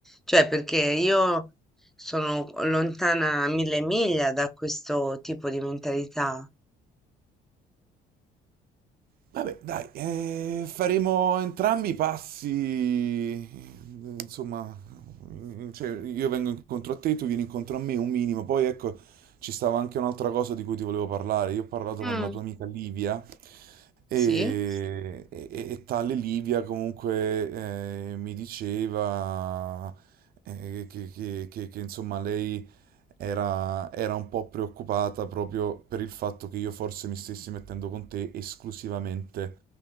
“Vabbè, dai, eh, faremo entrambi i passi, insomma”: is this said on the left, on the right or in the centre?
Right